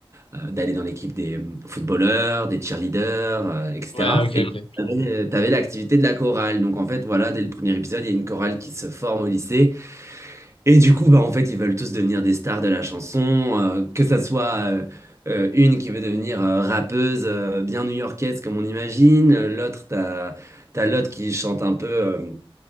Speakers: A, on the right; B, on the left.
A: euh, euh, d'aller dans l'équipe des euh, footballeurs, des cheerleaders euh, etc.
B: Ouais, ok, ok.
A: T'avais, avais l'activité de la chorale. Donc, en fait, voilà, dès le premier épisode, il y a une chorale qui se forme au lycée. Et du coup, bah, en fait, ils veulent tous devenir des stars de la chanson. euh, que ça soit euh, euh, une qui veut devenir euh, rappeuse euh, bien new-yorkaise, comme on imagine. Euh, L'autre, t'as, t'as l'autre qui chante un peu, euh,